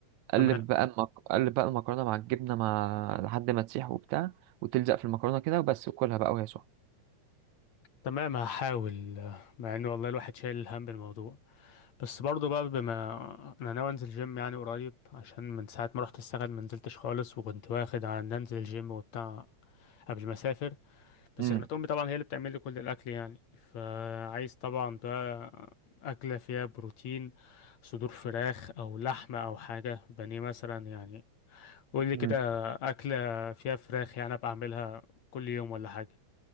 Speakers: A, on the right; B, on the left.
A: قلب
B: تمام
A: بقى المك... قلب بقى المكرونه مع الجبنه مع لحد ما تسيح وبتاع وتلزق في المكرونه كده وبس وكلها بقى وهي سخنه
B: تمام هحاول مع ان والله الواحد شايل الهم بالموضوع بس برضه بقى بما انا ناوي انزل جيم يعني قريب عشان من ساعه ما رحت اشتغل ما نزلتش خالص وكنت واخد على ان انزل الجيم وبتاع قبل ما اسافر بس
A: امم
B: كانت امي طبعا هي اللي بتعمل لي كل الاكل يعني فعايز طبعا بقى اكله فيها بروتين صدور فراخ او لحمه او حاجه بانيه مثلا يعني قول لي كده
A: امم
B: اكله فيها فراخ يعني ابقى اعملها كل يوم ولا حاجه